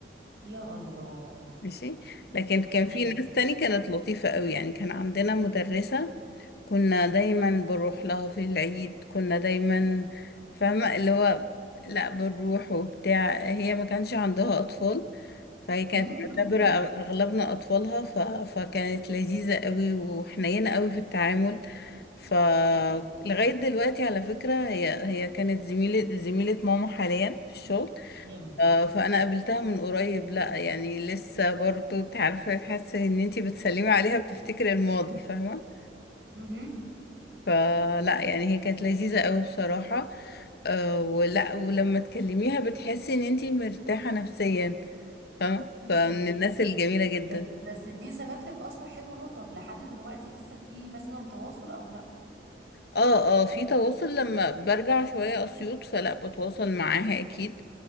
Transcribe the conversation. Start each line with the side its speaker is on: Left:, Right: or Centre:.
Right: يا الله
Left: ماشي لكن كان
Right: تمام
Left: في ناس تاني كانت لطيفة قوي يعني كان عندنا مدرسة كنا دايما بنروح لها في العيد كنا دايما فاهمة اللي هو لا بنروح وبتاع هي ما كانش عندها أطفال فهي كانت
Right: امم
Left: معتبرة أغلبنا أطفالها ف... فكانت لذيذة قوي وحنينة قوي في التعامل فلغاية دلوقتي على فكرة هي هي كانت زميلة زميلة ماما حاليا في الشغل
Right: تمام
Left: آه، فانا قابلتها من قريب لا يعني لسه برضو تعرفي تحسي ان انتي بتسلمي عليها بتفتكري الماضي فاهمة
Right: مهم.
Left: فلا يعني هي كانت لذيذة قوي بصراحة أه ولا ولما تكلميها بتحسي ان انتي مرتاحة نفسيا فاهمة
Right: جميل
Left: فمن الناس الجميلة جدا
Right: بس بس دي ثبت لك اثر حلو اهو طب لحد دلوقتي لسه في مثلا تواصل او لا
Left: اه اه في تواصل لما برجع شوية اسيوط فلا بتواصل معاها اكيد